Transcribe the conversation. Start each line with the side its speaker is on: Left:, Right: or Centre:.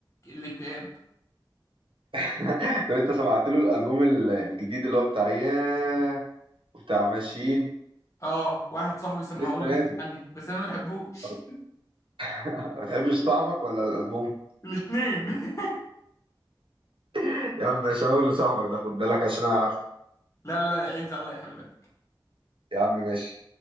Left: الاكتئاب
Right: <laughs> طب انت سمعت له الالبوم ال- الجديد اللي هو بتاع ياه وبتاع ماشيين
Left: اه واحد صاحبي سمعهولي
Right: لسه
Left: غصب
Right: نازل
Left: عني بس انا ما بحبوش
Right: <laughs>
Left: <laughs>
Right: ما بتحبش صاحبك ولا الالبوم
Left: الاتنين <laughs>
Right: <laughs> يا عم مش هقول لصاحبك ده خد بالك عشان انا عارف
Left: لا لا لا، عز عليا خلي بالك
Right: يا عم ماشي